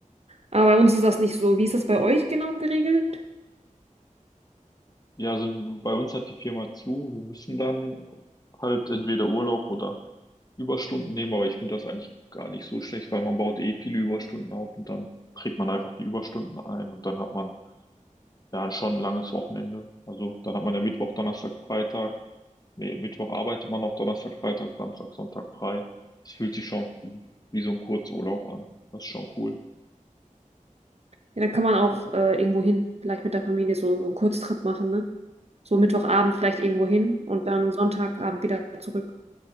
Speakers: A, on the right; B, on the left.
A: Aber bei uns ist das nicht so. Wie ist das bei euch genau geregelt?
B: Ja, also bei uns hat die Firma zu. Wir müssen dann halt entweder Urlaub oder Überstunden nehmen, aber ich finde das eigentlich gar nicht so schlecht, weil man baut eh viele Überstunden auf und dann trägt man einfach die Überstunden ein und dann hat man ja schon ein langes Wochenende. Also dann hat man ja Mittwoch, Donnerstag, Freitag. Nee, Mittwoch arbeitet man noch, Donnerstag, Freitag, Samstag, Sonntag frei. Es fühlt sich schon wie so ein Kurzurlaub an. Das ist schon cool.
A: Ja, dann kann man auch äh, irgendwo hin, vielleicht mit der Familie so, so einen Kurztrip machen, ne? So Mittwochabend vielleicht irgendwo hin und dann Sonntagabend wieder zurück.